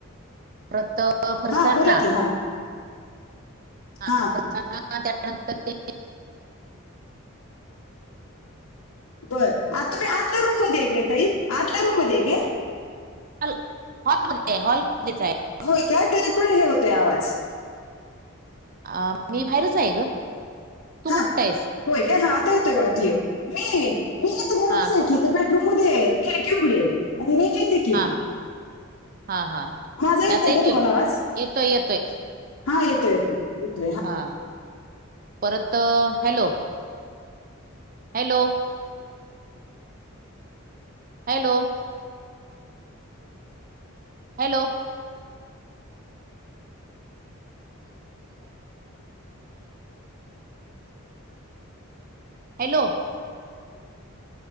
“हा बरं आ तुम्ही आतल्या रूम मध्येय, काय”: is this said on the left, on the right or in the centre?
Left